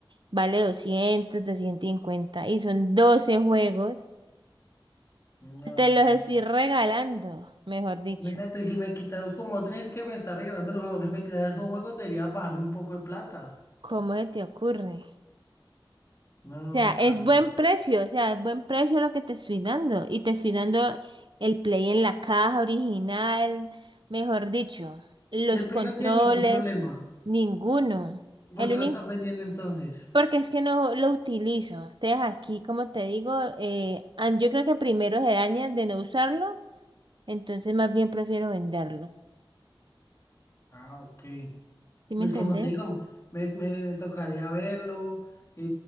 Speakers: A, on the right (about 60°); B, on the left (about 30°).
A: vale doscientos, doscientos cincuenta y son 12 juegos.
B: No.
A: Te los estoy regalando, mejor dicho.
B: Imagínate si me quitas, como tres que me está regalando los juegos, si me quitas esos juegos, debería bajarme un poco de plata.
A: ¿Cómo se te ocurre?
B: No,
A: O sea,
B: caro.
A: es buen precio, o sea, es buen precio lo que te estoy dando. Y te estoy dando el play en la caja original, mejor dicho, los
B: Y el
A: controles,
B: Play no tiene ningún problema.
A: ninguno.
B: ¿Y por
A: El
B: qué
A: único,
B: lo estás vendiendo entonces?
A: porque es que no lo utilizo. Entonces aquí, como te digo, eh, an- yo creo que primero se daña de no usarlo, entonces más bien prefiero venderlo.
B: Ah, ok.
A: ¿Sí
B: Pues
A: me entendés?
B: como te digo, me, me tocaría verlo. eh,